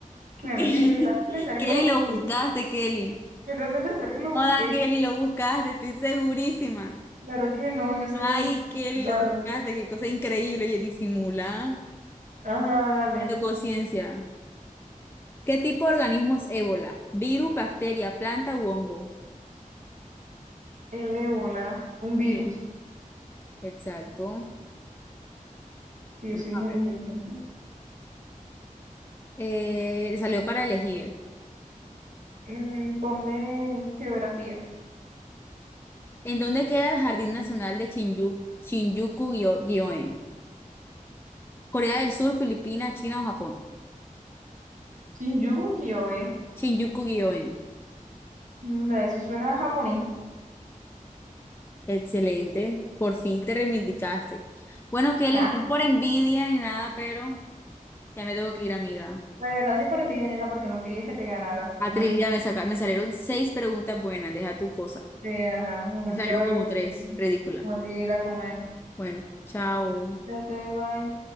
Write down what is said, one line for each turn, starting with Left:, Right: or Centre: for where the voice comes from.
Right: Claro
Left: <laughs>
Right: que no, que te hace pensar
Left: Kelly,
Right: que lo busqué.
Left: lo buscaste, Kelly.
Right: Que te hace pensar que lo
Left: Hola
Right: busqué.
Left: Kelly, lo buscaste, estoy segurísima.
Right: Claro que no, yo sé
Left: Ay,
Right: mucho.
Left: Kelly,
Right: Dale.
Left: lo buscaste, qué cosa increíble, oye, disimula.
Right: Ajá, dale.
Left: Me tocó ciencia. ¿Qué tipo de organismo es ébola? ¿Virus, bacteria, planta u hongo?
Right: El ébola, un virus,
Left: Sí, exacto.
Right: que yo
Left: Vamos
Right: soy
Left: a
Right: muy
Left: ver.
Right: inteligente.
Left: Eh, salió para elegir.
Right: Mm, ponme geografía.
Left: ¿En dónde queda el Jardín Nacional de Shinjuku, Shinjuku-gyoen? ¿Corea del Sur, Filipinas, China o Japón?
Right: Shinjuku Kyoe.
Left: Shinjuku-gyoen.
Right: Mm, da, eso suena a japonés.
Left: Excelente, por fin te reivindicaste. Bueno, Kelly,
Right: Ah,
Left: no es por envidia ni nada, pero Ya me tengo que ir, amiga.
Right: la verdad sí es para envidia, nena, porque no querías que te ganara.
Left: A
Right: <laughs>
Left: trivia me saca, me salieron seis preguntas buenas, deja tu cosa.
Right: Sí, ajá, bueno,
Left: Me salieron
Right: chao,
Left: como
Right: bebé.
Left: tres,
Right: Tengo
Left: ridícula.
Right: que ir a comer.
Left: Bueno, chao.
Right: Ya te bye.